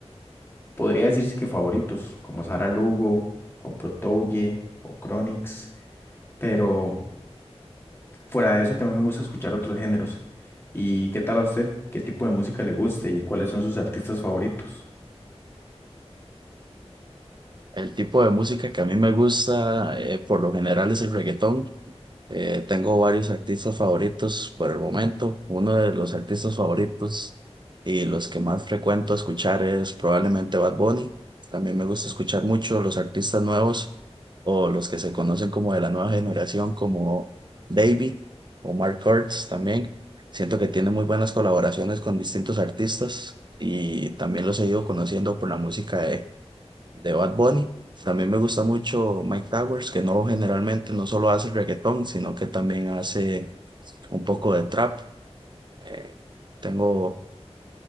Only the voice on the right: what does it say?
El tipo de música que a mí me gusta, eh, por lo general, es el reggaetón. Eh, tengo varios artistas favoritos por el momento. Uno de los artistas favoritos y los que más frecuento escuchar es probablemente Bad Bunny. También me gusta escuchar mucho los artistas nuevos o los que se conocen como de la nueva generación, como Davey o Mark Kurtz también. Siento que tiene muy buenas colaboraciones con distintos artistas y también los he ido conociendo por la música de Bad Bunny. También me gusta mucho Mike Towers, que no generalmente no solo hace reggaetón, sino que también hace un poco de trap. Eh, tengo